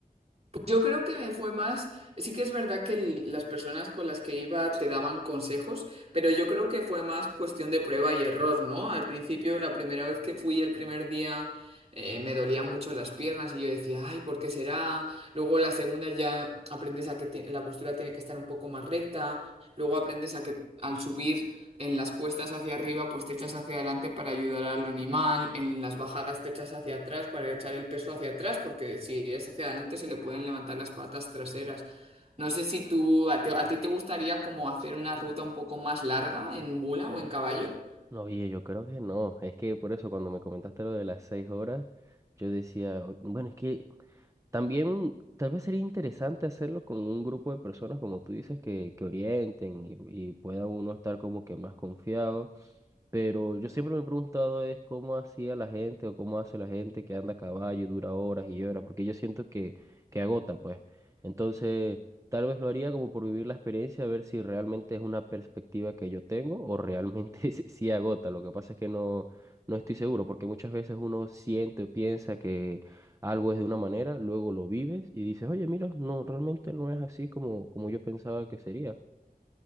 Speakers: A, on the right (about 40°); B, on the right (about 20°).
A: Yo creo que me fue más, sí que es verdad que el- las personas con las que iba te daban consejos, pero yo creo que fue más cuestión de prueba y error, ¿no? Al principio, la primera vez que fui el primer día, eh, me dolían mucho las piernas y yo decía, ay, ¿por qué será? Luego la segunda ya aprendes a que ti- la postura tiene que estar un poco más recta, luego aprendes a que al subir en las cuestas hacia arriba, pues te echas hacia adelante para ayudar al animal. En las bajadas te echas hacia atrás para echar el peso hacia atrás, porque si es hacia adelante se le pueden levantar las patas traseras. No sé si tú, a, te- a ti te gustaría como hacer una ruta un poco más larga en mula o en caballo.
B: No, Oye, yo creo que no. Es que por eso cuando me comentaste lo de las seis horas, yo decía, "O- bueno, es que También tal vez sería interesante hacerlo con un grupo de personas, como tú dices, que, que orienten y, y pueda uno estar como que más confiado. Pero yo siempre me he preguntado es cómo hacía la gente o cómo hace la gente que anda a caballo y dura horas y horas, porque yo siento que, que agota, pues. Entonces, tal vez lo haría como por vivir la experiencia, a ver si realmente es una perspectiva que yo tengo o realmente <laughs> sí sí agota. Lo que pasa es que no, no estoy seguro, porque muchas veces uno siente o piensa que algo es de una manera, luego lo vives y dices, oye, mira, no, realmente no es así como, como yo pensaba que sería.